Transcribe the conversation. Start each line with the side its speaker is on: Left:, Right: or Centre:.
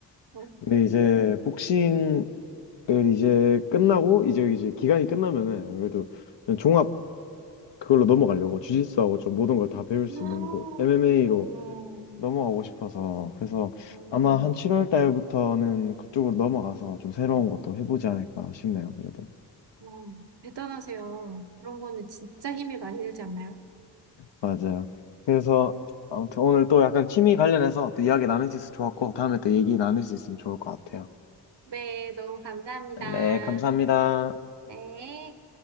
Right: 어,
Left: 근데 이제 복싱을 이제 끝나고 이제 이제 기간이 끝나면은 아무래도 전 종합 그걸로 넘어가려고 주짓수하고 좀 모든 걸 다 배울 수
Right: 아,
Left: 있는 곳 MMA로
Right: 어,
Left: 넘어가고 싶어서 그래서
Right: 어,
Left: 아마 한 7월 달부터는 그쪽으로 넘어가서 좀 새로운 것도 해보지 않을까 싶네요. 그래도
Right: 어. 대단하세요. 그런 거는 진짜 힘이 많이 들지 않나요?
Left: 맞아요. 그래서 아무튼 오늘 또 약간 취미 관련해서 또 이야기 나눌 수 있어서 좋았고 다음에 또 얘기 나눌 수 있으면 좋을 것 같아요.
Right: 네, 너무 감사합니다.
Left: 네, 감사합니다.
Right: 네.